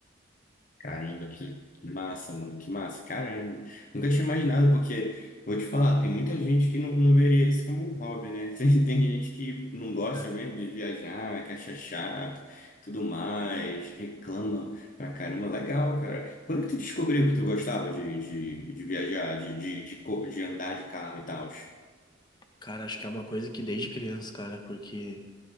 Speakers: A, on the left; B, on the left.
A: Caramba, que, que massa, mano, que massa, caramba. Nunca tinha imaginado, porque, vou te falar, tem muita gente que não, não veria isso como um hobby, né? <laughs> Tem, tem gente que não gosta
B: É.
A: mesmo de viajar, que acha chato, tudo mais, reclama pra caramba. Legal, cara. Quando que tu descobriu que tu gostava de, de, de viajar, de, de, de, co- de andar de carro e tal?
B: Cara, acho que é uma coisa que desde criança, cara, porque